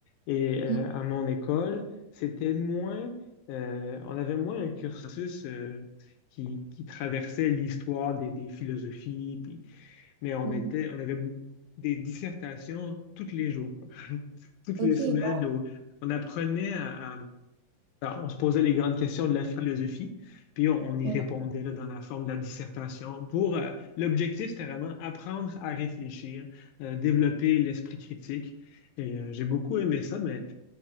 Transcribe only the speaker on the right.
Mm,
mm.
Ok,
ouais,
ouais,